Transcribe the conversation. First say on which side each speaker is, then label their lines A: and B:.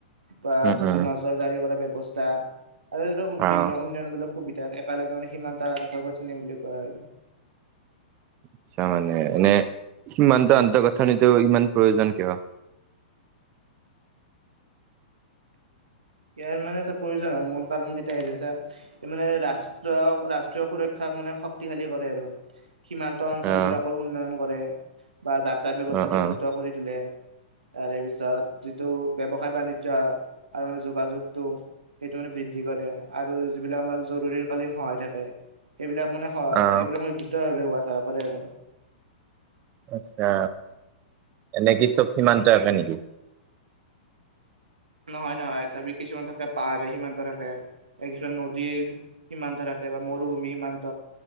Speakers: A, on the right; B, on the right.
A: বা
B: উম
A: যোনটো
B: উম
A: নজৰদাৰি কৰা ব্যৱস্থা আৰু ধ <unintelligible>
B: অ
A: বিভিন্ন উন্নয়নমূলক সুবিধাত একেলগে মানে সিমান তাত বুলি <unintelligible> কোৱা হয়, আৰু।
B: আচ্ছা মানে, এনে সিমান্ত আন্তঃগথনিতো ইমান প্ৰয়োজন কিয়?
A: ইয়াৰ মানে এটা প্ৰয়োজন হয়, মূল কাৰণকেইটা <unintelligible> মানে ৰাষ্ট্ৰ-ৰাষ্ট্ৰীয় সুৰক্ষাক মানে শক্তিশালী কৰে আৰু। সীমান্ত অঞ্চলবিলাকৰ
B: অ',
A: উন্নয়ন কৰে বা যাতাত ব্যৱস্থাটো
B: অ', অ'।
A: দ্ৰুত কৰি তোলে। তাৰে পিছত যিটো ব্যৱসায়, বাণিজ্য আৰু যোগাযোগটো সেইটো মানে বৃদ্ধি কৰে, আৰু যিবিলাক আমাৰ জৰুৰীকালীন সহায় থাকে। সেইবিলাক মানে স
B: অ',
A: এইবিলাক মানে দ্ৰুত ভাৱে হোৱ সহায় কৰে আৰু।
B: আচ্ছা, এনে কি, চব সীমান্ত একে, নেকি?
A: নহয়, নহয় চাবি কিছুমান থাকে পাহাৰে সিমান্ত থাকে, এ কিছুমান নদীৰ সীমান্ত থাকে, বা মৰুভূমি সীমান্ত